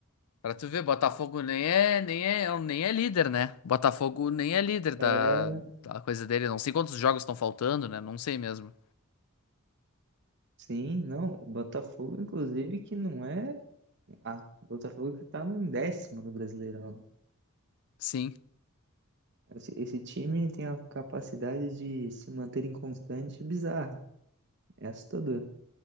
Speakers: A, on the left; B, on the right.
A: pra tu ver, Botafogo nem é, nem é, é um, nem é líder, né? Botafogo nem é líder da,
B: É,
A: da coisa dele. Não sei quantos jogos estão faltando, né? Não sei mesmo.
B: Sim, não. O Botafogo, inclusive, que não é. Ah, o Botafogo que tá no décimo do Brasileirão.
A: Sim.
B: Esse, esse time tem a capacidade de se manter inconstante e bizarra. É assustador.